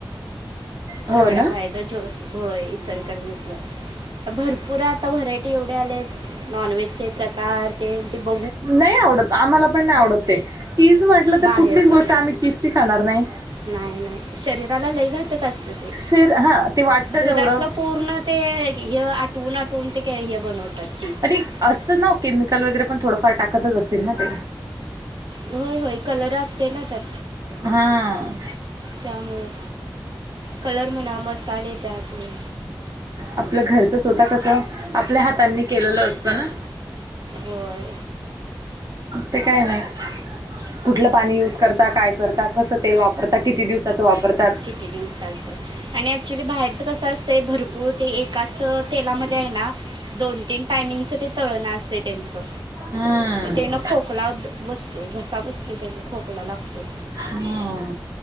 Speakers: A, on the right; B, on the right.
A: हो
B: रगडा
A: ना
B: खायचा जो होय इचल कर घितलं भरपूर आता व्हरायटी एवढी कडे आले नॉनवहेजचे प्रकार ते ते ब
A: नाही आवडत आम्हाला पण नाही आवडतते चीज म्हटलं तर
B: बाहेरचं
A: कुठलीच गोष्ट आम्ही चीज क खाणार नाही
B: नाही नाही शरीराला लयघातक असतं ते
A: र हा ते वाटतं
B: दुधातलं
A: तेवढं
B: पूर्ण ते हे आटवून आठवून ते हे बनवतात चीज
A: अ
B: तर
A: असतं ना केमिकल वगैरे पण थोडंफार टाकतच असतील ना ते
B: होय होय कलर असते ना त्यात
A: हां
B: त्यामुळं कलर म्हणा मसाले त्यातमुळे
A: आपलं घरचं स्वतः कसं आपल्या हातांनी केलेलं असतं ना.
B: होय.
A: ते काय नाही कुठलं पाणी यूज करता काय करता कसं तेल वापर आता किती दिवसाचा वापरतात.
B: कि दिवसाचं आणि ऍक्च्युली बाहेरच कसं असतं भरपूर ते एकाच तेलामध्ये आहे ना दोन तीन टायमिंगच ते तळण असते त्यांचं.
A: हम्म.
B: तेना खोकला बसतो घसा बसतो त्याना खोकला लागतो.
A: हा.